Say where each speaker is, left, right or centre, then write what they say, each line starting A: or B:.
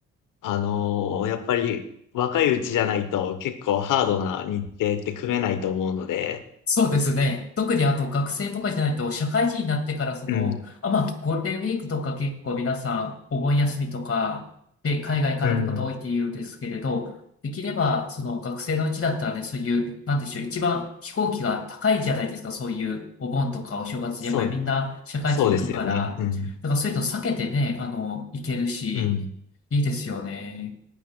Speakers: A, on the left; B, on the left.
A: あのーやっぱり若いうちじゃないと結構ハードな日程って組めないと思うので、
B: そうですね。特にあと学生とかじゃないと、社会人になってからその、
A: うん。
B: あ、まあ、ゴールデンウィークとか結構皆さんお盆休みとかで海外行かれる方多いって言うんですけれど、
A: うん。
B: できればその学生のうちだったらね、そういう、なんでしょう、一番飛行機が高いじゃないですか、そういうお盆とかお正月、
A: そう、
B: やっぱりみんな社会人行くから、
A: そうですよね。うん。
B: だからそういうの避けてね、あの、行けるし、
A: うん。
B: いいですよね。